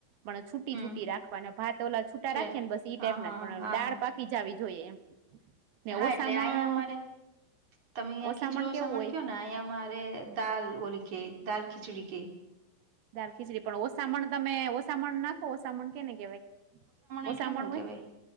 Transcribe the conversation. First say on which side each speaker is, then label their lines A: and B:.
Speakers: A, on the right; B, on the right.
A: પણ છૂટી
B: હમ
A: છુટી રાખવાને ભાત ઓલા છૂટા
B: છે
A: રાખી ને બસ ટાઈપ
B: હા હા
A: ના. પણ
B: હા હા
A: દાળ
B: હા
A: પાકી જવી જોઈએ એમ. ને
B: હા
A: ઓસામણ
B: એટલે અહીંયા અમારે તમે અહીંયા
A: ઓસામણ
B: ખીચડું
A: કેવું
B: સણ
A: હોય
B: કયો ને અહીંયારે. દાાલ ઓલ કેઈ દાાલ ખીચુડી કેઈ.
A: દાલ ખીચડી પણ ઓ સામાન તમે ઓ સામાન નાખ. ઓસામણ કેને કહેવાય
B: એટલે
A: ઓસામણ
B: શું
A: હોય.
B: કેવાય